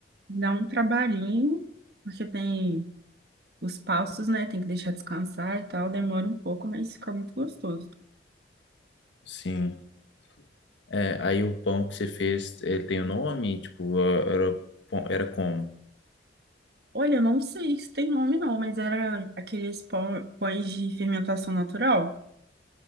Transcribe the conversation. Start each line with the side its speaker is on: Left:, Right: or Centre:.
Right: dá um trabalhinho, porque tem os passos, né? Tem que deixar descansar e tal, demora um pouco, mas fica muito gostoso.
Left: Sim. É, aí o pão que você fez, ele tem o nome? Tipo, era, era como?
Right: Olha, eu não sei se tem nome não, mas era aqueles pão- pães de fermentação natural.